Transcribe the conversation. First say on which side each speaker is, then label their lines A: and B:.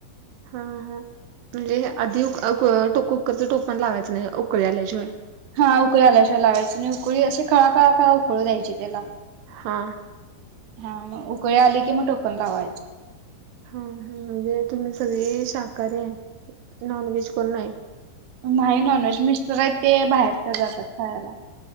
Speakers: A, on the right (about 80°); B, on the right (about 60°).
A: हा हा म्हणजे आधी टो कुकरचं टोपण लावायचं नाही उकळी आल्याशिवाय
B: हा उकळी आल्याशिवाय लावायचे आणि उकळी असे खळाखळा काळा उकळीू द्यायचे त्याला
A: हा
B: हा मग उकळे आली की मग टोपन लावायचे
A: हा हा म्हणजे तुम्ही सगळी शाकाहारी आहे, नॉन व्हेज कोण नाही.
B: नाही नॉनव्हेज मिस्टर आहेत ते बाहेरचे जातात खायाला